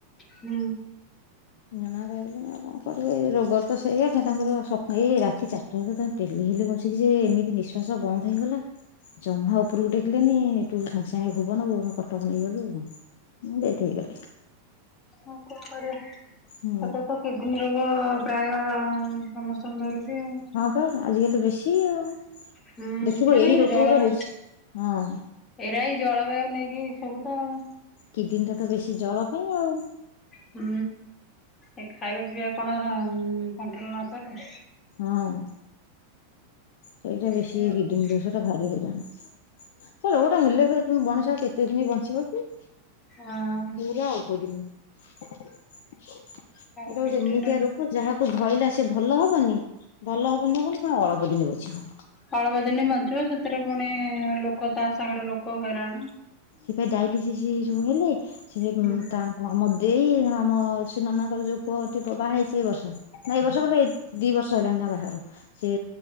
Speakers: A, on the left; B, on the left.
A: ହୁଁ।
B: ଜଣା <unintelligible> ଆଉ କଣ କରିବ ଏଇ ରୋଗର ତ ସେଇଆ ତାଙ୍କର <unintelligible> ଏଇ ରାତି ଚାରି ତାଙ୍କ ପେଲି ହେଲେ ବସିକି ଯେ ଏମିତି ନିଶ୍ୱାସ ବନ୍ଦ ହେଇଗଲା ଜମା ଉପରକୁ ଟେକିଲେନି <unintelligible> ସାଙ୍ଗେସାଙ୍ଗେ ଭୁବନ ଭୁବନରୁ କଟକ ନେଇଗଲୁ। <unintelligible> ଡେଥ୍ ହେଇଗଲେ।
A: ହଁ କଣ କରିବା <inaudible> <unintelligible>
B: ହୁଁ
A: ପ୍ରାୟ ସମସ୍ତଙ୍କୁ ଧରୁଚି ଆଉ।
B: ହଁ ପା ଆଜିକାଲି ବେଶୀ ଆଉ,
A: ହୁଁ
B: ଦେଖିବ
A: ଏରା
B: ଏଇ ରୋଗଗୁରା
A: ଜଳବାୟୁ
B: ବେଶୀ ହଁ।
A: ଏରା ଏଇ ଜଳବାୟୁ ନେଇକି ଏସବୁ ତ ଆଉ।
B: କିଡିନ୍ ଟା ତ ବେଶୀ ଜଳ ପାଇଁ ଆଉ।
A: ହୁଁ ଏ ଖାଇବା ପିଇବା କଣ କଣ୍ଟ୍ରୋଲ୍ ନକଲେ
B: ହଁ। ସେଇଟା ବେଶୀ
A: ହଁ
B: ଏଇ କିଡ଼ନ୍ ଦୋଷ ର ଭାରି ହେଇରାଣ, ସେ ରୋଗଟା ହେଲେ ମଣିଷା ଆଉ କେତେ ଦିନ ବଞ୍ଚିବ କି।
A: ଆଉ
B: ପୁରା ଅଳ୍ପ ଦିନି, ଏଇଟା
A: କେତେଦିନ
B: ଗୋଟା ଏମିତିଆ ରୋ ଯାହାକୁ ଧଇଲା ସେ ଭଲ ହବନି, ଭଲ ହବନି-ହବନି ପୁଣି ଅଳପ ଦିନି ବଞ୍ଚିବ।
A: ଅଳପ ଦିନ ବଞ୍ଚିବ ସେଥିରେ ପୁଣି ଲୋକ ତା ସାଙ୍ଗେରେ ଲୋକ ହଇରାଣ
B: ସେ ପା ଡାଇଲିସିସ୍ ଯୋଉ ହେଲେ ସେ
A: ହୁଁ
B: ତା ଆମ ଦେଇ ଆମ ଅ ସେ ନନାଙ୍କର ଯୋଉ ପୁଅଟି ବାହା ହେଇଚି ଏ ବର୍ଷ ନା ଏ ବର୍ଷ <unintelligible> ଦି ବର୍ଷ ହେଲାଣି ତାଙ୍କ ବାହାଘର, ସେ